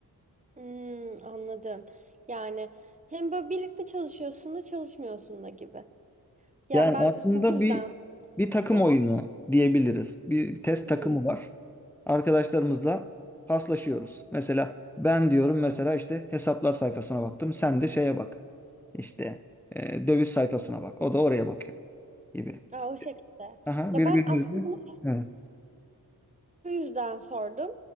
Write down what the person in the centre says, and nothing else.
Yani
aslında
bir bir
takım oyunu diyebiliriz. Bir test
takımı var. Arkadaşlarımızla paslaşıyoruz. Mesela ben diyorum mesela işte hesaplar sayfasına baktım. Sen de şeye bak. İşte e, döviz sayfasına bak. O da oraya bakıyor gibi.
Aha
birbirimizle.
Evet.